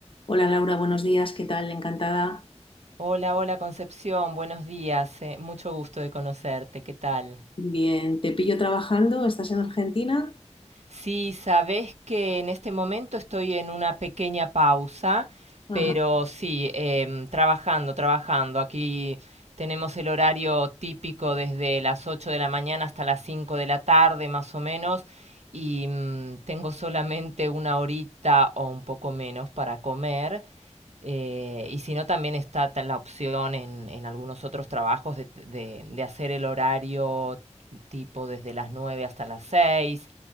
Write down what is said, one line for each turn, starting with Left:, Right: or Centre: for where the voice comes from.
Left: Hola Laura, buenos días, ¿qué tal? Encantada.
Right: Hola, hola Concepción, buenos días, eh, mucho gusto de conocerte, ¿qué tal?
Left: Bien, te pillo trabajando, ¿estás en Argentina?
Right: Sí, sabes que en este momento estoy en una pequeña pausa,
Left: Ajá.
Right: pero sí, em, trabajando, trabajando. Aquí tenemos el horario típico desde las 8 de la mañana hasta las 5 de la tarde, más o menos, y mm, tengo solamente una horita o un poco menos para comer. Eh, y si no, también está ta- la opción en, en algunos otros trabajos de, de- de hacer el horario tipo desde las 9 hasta las seis